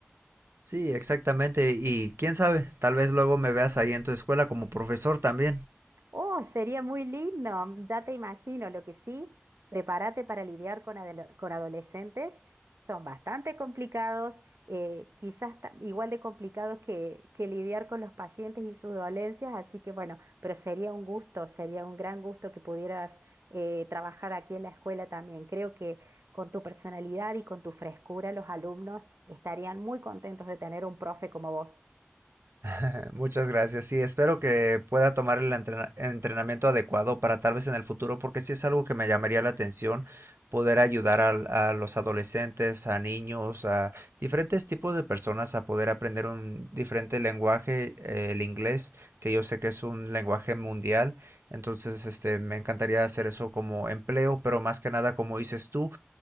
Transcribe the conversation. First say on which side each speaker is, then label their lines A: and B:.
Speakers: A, on the right (about 65°); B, on the right (about 80°).
A: Sí, exactamente. Y quién sabe, tal vez luego me veas ahí en tu escuela como profesor también.
B: Oh, sería muy lindo, ya te imagino. Lo que sí, prepárate para lidiar con, adole- con adolescentes. Son bastante complicados, eh, quizás ta- igual de complicados que, que lidiar con los pacientes y sus dolencias. Así que bueno, pero sería un gusto, sería un gran gusto que pudieras eh, trabajar aquí en la escuela también. Creo que con tu personalidad y con tu frescura, los alumnos estarían muy contentos de tener un profe como vos.
A: <laughs> Muchas gracias. Sí, espero que pueda tomar el entrena- entrenamiento adecuado para tal vez en el futuro, porque sí es algo que me llamaría la atención, poder ayudar al- a, los adolescentes, a niños, a diferentes tipos de personas a poder aprender un diferente lenguaje, eh, el inglés, que yo sé que es un lenguaje mundial. Entonces, este, me encantaría hacer eso como empleo, pero más que nada, como dices tú